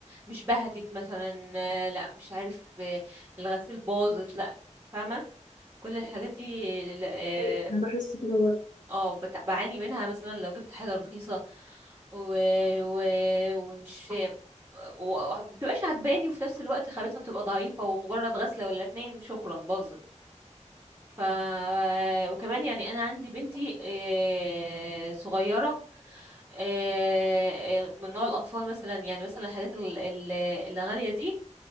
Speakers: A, on the right; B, on the left.
A: مش بهتت مثلا آه، لا مش عارف آه، الغسيل باظت لا فاهمة كل الحاجات دي لا- اه
B: حقيقة انا بحس كده برضه
A: آه، بت- بعاني منها مثلا لو جبت حاجة رخيصة و... و... ومش و- ومبتبقاش عجباني وفي نفس الوقت خامتها بتبقى ضعيفة ومجرد غسلة ولا اتنين شكرا باظت ف وكمان يعني انا عندي بنتي آه، صغيره آه، آه، من نوع الاطفال مثلا يعني مثلا الحاجات ال- ال- الغاليه دي